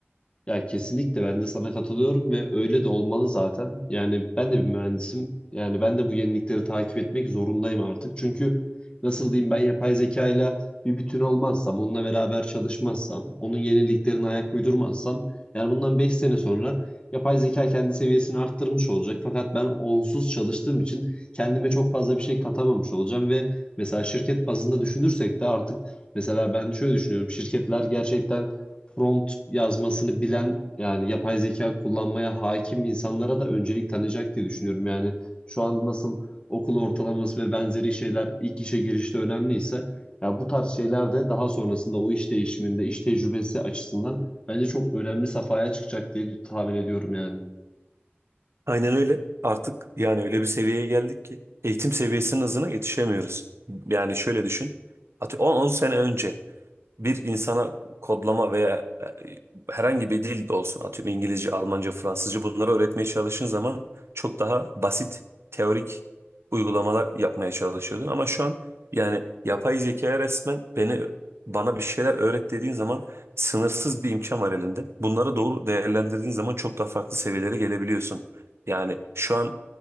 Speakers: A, on the left (about 25°); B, on the right (about 80°).
A: Ya kesinlikle ben de sana katılıyorum ve öyle de olmalı zaten. Yani ben de bir mühendisim. Yani ben de bu yenilikleri takip etmek zorundayım artık. Çünkü nasıl diyeyim ben yapay zekayla bir bütün olmazsam, onunla beraber çalışmazsam, onun yeniliklerine ayak uydurmazsam yani bundan 5 sene sonra yapay zeka kendi seviyesini arttırmış olacak. Fakat ben onsuz çalıştığım için kendime çok fazla bir şey katamamış olacağım ve mesela şirket bazında düşünürsek de artık mesela ben şöyle düşünüyorum. Şirketler gerçekten prompt yazmasını bilen yani yapay zeka kullanmaya hakim insanlara da öncelik tanıyacak diye düşünüyorum. Yani şu an nasıl okul ortalaması ve benzeri şeyler ilk işe girişte önemliyse ya bu tarz şeyler de daha sonrasında o iş değişiminde, iş tecrübesi açısından bence çok önemli safhaya çıkacak diye tahmin ediyorum yani.
B: Aynen öyle. Artık yani öyle bir seviyeye geldik ki eğitim seviyesinin hızına yetişemiyoruz. Yani şöyle düşün. Atı- on on sene önce bir insana kodlama veya e, herhangi bir dil de olsun atıyorum İngilizce, Almanca, Fransızca bunları öğretmeye çalıştığın zaman çok daha basit teorik uygulamalar yapmaya çalışıyordun ama şu an yani yapay zekaya resmen beni bana bir şeyler öğret dediğin zaman sınırsız bir imkan var elinde. Bunları doğru değerlendirdiğin zaman çok daha farklı seviyelere gelebiliyorsun. Yani şu an